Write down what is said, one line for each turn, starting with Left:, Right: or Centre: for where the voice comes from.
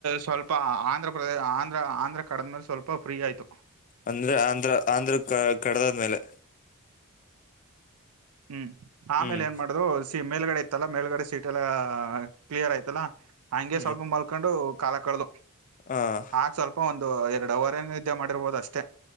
Right: ಸ್ವಲ್ಪ ಆಂಧ್ರ ಆ ಪ್ರದೇಶ ಆಂಧ್ರ ಆಂಧ್ರ ಕಡದ ಮೇಲೆ ಸ್ವಲ್ಪ ಫ್ರೀ ಆಯ್ತು.
Left: ಅಂದ್ರೆ ಆಂಧ್ರ ಆಂಧ್ರ ಕ ಕಡದಾದ್ಮೇಲೆ
Right: ಹ್ಮ್ ಆಮೇಲೆ
Left: ಹ್ಮ್
Right: ಏನ್ ಮಾಡುದು? ಮೇಲ್ಗಡ ತಲ ಮೇಲ್ಗಡೆ ಸೇಟ್ ಎಲ್ಲ ಕ್ಲಿಯರ್ ಆಯ್ತು. ಲ್ಲಾ ಹಂಗೆ
Left: ಹ್ಮ್
Right: ಸ್ವಲ್ಪ ಮಲ್ಕೊಂಡು ಕಾಲಕ್ ಕಡದ
Left: ಹ
Right: ಆಗ ಸ್ವಲ್ಪ ಒಂದು ಎರಡು ಡ ಅವರೇನ ವಿದ್ಯೆ ಮಾಡಿರ್ಬೋದು ಅಷ್ಟೇ.